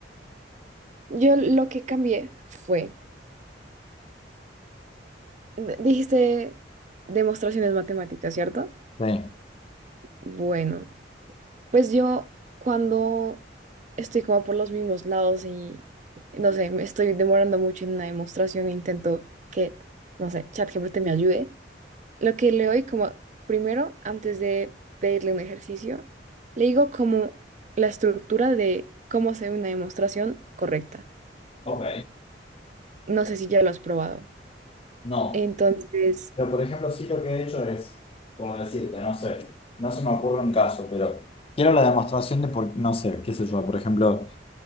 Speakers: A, on the right (about 40°); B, on the left (about 30°).
A: yo lo que cambié fue, d- dijiste demostraciones matemáticas, ¿cierto?
B: Sí.
A: Bueno, pues yo cuando estoy como por los mismos lados y no sé, me estoy demorando mucho en una demostración, intento que, no sé, ChatGPT me ayude lo que le doy como primero, antes de pedirle un ejercicio, le digo como la estructura de cómo hacer una demostración correcta.
B: Ok.
A: No sé si ya lo has probado.
B: No.
A: Entonces,
B: Pero, por ejemplo, sí lo que he hecho es, por decirte, no sé, no se me ocurre un caso, pero quiero la demostración de por, no sé, qué sé yo, por ejemplo,